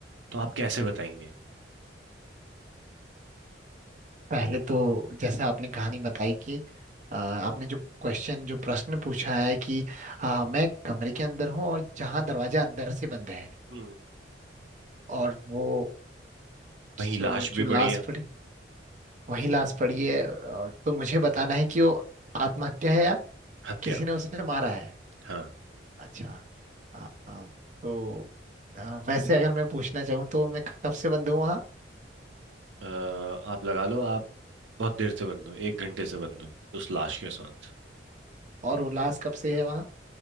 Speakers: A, on the right; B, on the right.
A: तो आप कैसे बताएंगे
B: पहले तो जैसा आपने कहानी बताई कि आ, आपने जो क्वेश्चन जो प्रश्न पूछा है कि आ, मैं कमरे के अंदर हूँ और जहाँ दरवाजा अंदर से बंद है
A: हम्म
B: और वो
A: वहीं
B: सो,
A: लाश
B: जो
A: भी
B: लाश
A: पड़ी है
B: पड़ी वही लाश पड़ी है आ, तो मुझे बताना है कि वो आत्महत्या है या
A: हत्या
B: किसी ने उसे मारा है
A: हाँ
B: अच्छा आ, तो आ, वैसे अगर मैं पूछना चाहूँ तो मैं कब से बंद हूँ वहाँ
A: अ, आप लगा लो आप बहुत देर से बंद हो एक घंटे से बंद हो उस लाश के साथ
B: और वो लाश कब से है वहाँ